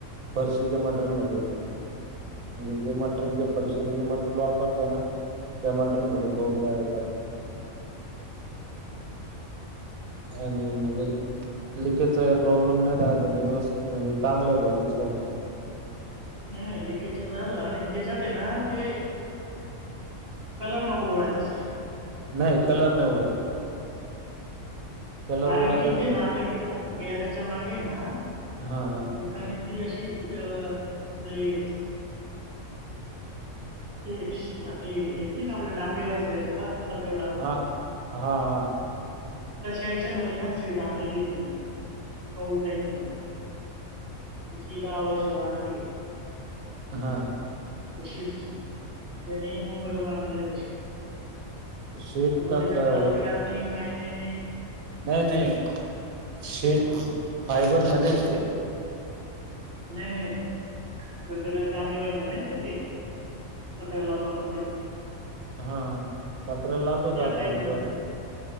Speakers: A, on the right (about 75°); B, on the right (about 45°).
A: फरशीच्या मटरेल मध्ये येत ते आणि ते मटेरियल फरशीला जे मटरेल वापरताना त्या मटेरियलमध्ये
B: हम्म
A: कौल तयार आणि म्हणजे लिकेजचा प्रॉब्लेम नाही राहत आणी व्यवस्थित मझी चांगलं आहे बाबा दिसायला पण.
B: नाय लीकेज झालं आणि त्याच्याात आहे ना ते कलर नको उडायला.
A: नाय कलर नाही उडत. कलर
B: कारण
A: उडतच
B: की इथे
A: नाही.
B: ना आपल्या गॅरेजच्या मागे ना
A: हां,
B: एक कारण ती अशी अ आपले <unintelligible> ते आपले येत ना का आपल्या डांबरी व्हायचं जेव्हा पत्रे लावायचो
A: हां,
B: आपण.
A: हां हा
B: तशा याच्या मध्ये ना सीट आणलेली त मी कौल टाईप मध्ये तिची दहा वर्ष वारंटी हे.
A: हा
B: त्या शीटची त्यांनी मुंबईहून आणलेली हाय शीटा.
A: शीट
B: पण मग
A: का
B: त्याच्या
A: काय?
B: कलर भी जात नाही काय नाही नी.
A: नाही नाही शीट फायबर मध्ये येते.
B: नाय नाय आपली केस तांबडी व्हायचा झालीत का ती? पत्राला लावतो आपण तिला.
A: हा हां पत्र्याला लावतो.
B: त्या टाईप मध्ये